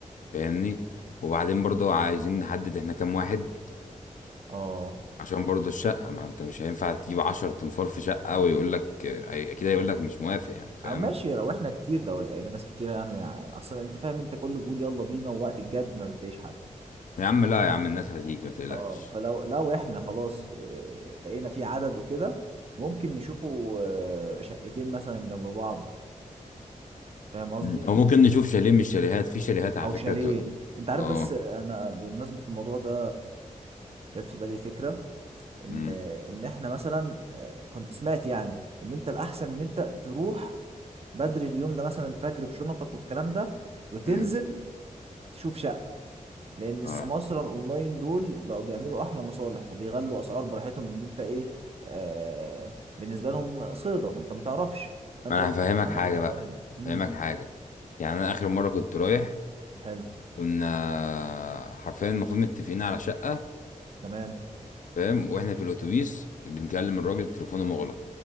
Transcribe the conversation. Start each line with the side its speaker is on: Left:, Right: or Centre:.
Left: فاهمني وبعدين برضو عايزين نحدد احنا كام واحد
Right: اه
Left: عشان برضو الشقة ما انت مش هينفع تجيب عشر تنفار في شقة ويقول لك اكيد هيقول لك مش موافق يعني فاهم
Right: او ماشي لو احنا كتير لو لقينا ناس كتير يعني مع- اصلا انت فاهم انت كله بيقول يلا بينا ووقت الجد ما بتلاقيش حد
Left: يا عم لا يا عم الناس هتيجي ما تقلقش
Right: اه فلو لو احنا خلاص آه، لقينا في عدد وكده ممكن نشوفوا آه، شقتين مثلا جنب بعض فاهم قصدي
Left: مم. او ممكن نشوف شاليه من الشاليهات في شاليهات على
Right: او
Left: فكره
Right: شاليه
Left: تبقى
Right: انت عارف
Left: اه
Right: بس انا بمناسبة الموضوع ده جت في بالي فكرة ان
Left: امم
Right: ان احنا مثلا آه، كنت سمعت يعني ان انت الاحسن ان انت تروح بدري اليوم ده مثلا الفجر بشنطك والكلام ده وتنزل
Left: امم
Right: تشوف شقة لان السماسرة
Left: اه
Right: الاونلاين دول بقوا بيعملوا احلى مصالح وبيغلوا اسعار براحتهم ان انت ايه آه بالنسبة لهم صيدة انت ما تعرفش فانت
Left: ما انا
Right: بتكلم
Left: هفهمك
Right: واحد
Left: حاجه
Right: اونلاين
Left: بقى
Right: امم
Left: هفهمك حاجه يعني انا اخر مره كنت رايح
Right: حلو
Left: كنا حرفيا المفروض متفقين على شقه
Right: تمام
Left: فاهم واحنا في الاتوبيس بنكلم الراجل تليفونه مغلق